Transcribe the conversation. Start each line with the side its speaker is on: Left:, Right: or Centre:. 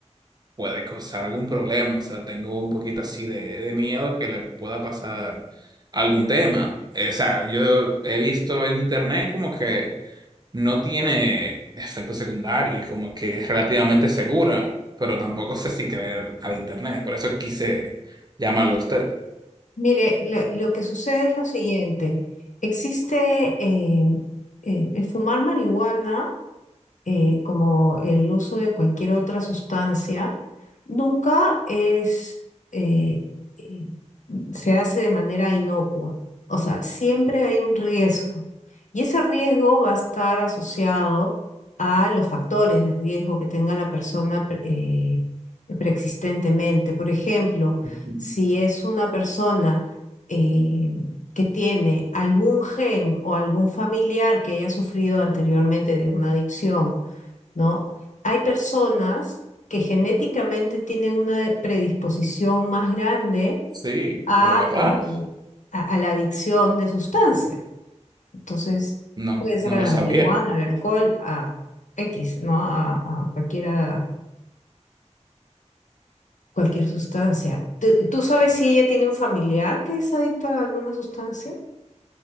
Right: puede causar algún problema. O sea, tengo un poquito así de, de miedo que le pueda pasar algún tema. Eh, O sea, yo he visto en internet como que no tiene efectos secundarios, como que es relativamente segura, pero tampoco sé si creer al internet. Por eso quise llamarlo a usted.
Left: mire, lo, lo que sucede es lo siguiente. Existe eh, eh, el fumar marihuana eh, como el uso de cualquier otra sustancia, nunca es, eh, eh, se hace de manera inocua. O sea, siempre hay un riesgo. Y ese riesgo va a estar asociado a los factores de riesgo que tenga la persona pre- eh, preexistentemente. Por ejemplo,
Right: Ujú.
Left: si es una persona eh, que tiene algún gen o algún familiar que haya sufrido anteriormente de una adicción, ¿no? Hay personas que genéticamente tienen una predisposición más grande
Right: Sí,
Left: a,
Right: de verdad.
Left: eh, a, a la adicción de sustancias. Entonces,
Right: No,
Left: puede ser
Right: no
Left: a
Right: lo
Left: la
Right: sabía.
Left: marihuana, al alcohol, a X, ¿no? A, a cualquiera, cualquier sustancia. ¿Tú, tú sabes si ella tiene un familiar que es adicto a alguna sustancia?